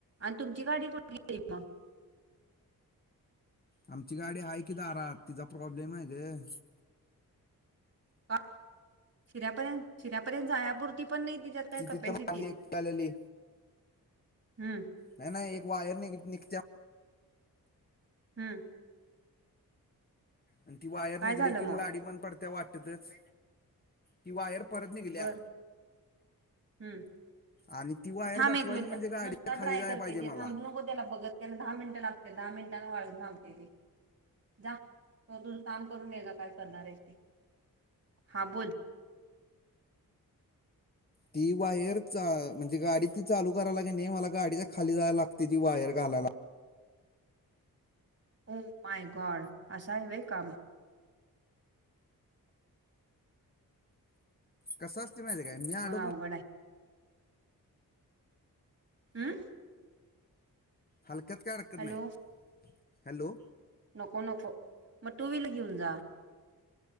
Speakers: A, on the right; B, on the left.
A: आणि तुमची गाडी कुठ गेली म
B: आमची गाडी आहे की दारात तिचा प्रॉब्लेम आहे गं.
A: का शिऱ्यापर्यंत शिऱ्यापर्यंत जाण्यापुरती पण नाही तिच्यात काय
B: ती
A: कपॅसिटी.
B: तिथं मागणी एकटी आलेली
A: हम्म
B: नाही नाही एक वायर निघत्या.
A: हम्म
B: आणि ती वायर
A: काय
B: निघली
A: झालं
B: की म
A: मग
B: गाडी बंद पडत्या वाटतंच. ती वायर परत निघल्या
A: बर हम्म
B: आणि ती वायर
A: थांब
B: बसवायची
A: एक मिनिटं
B: म्हणजे गाडी
A: नुसता
B: खाली
A: ड्राय
B: जायला
A: करते
B: पाहिजे
A: ते
B: मला
A: थांबू नको त्याला बघत. त्याला दहा मिनटं लागते दहा मिनटांने वाळून थांबते ते. जा तोवर तुझं काम करून ये जा काय करणार आहेस ते, हा बोल.
B: ती वायर चा म्हणजे गाडी ती चालू करायला कणी, मला गाडीच्या खाली जायाला लागते ती वायर घालायला.
A: ओ माय गॉड असं हाय व्हयं काम.
B: कसं असतयं माहितीय काय मी अडकलो.
A: मग अवघड आहे हमंम
B: हलक्यात काय अडकत
A: हॅलो
B: नाही, हॅलो
A: नको नको म टू व्हीलर घेऊन जा.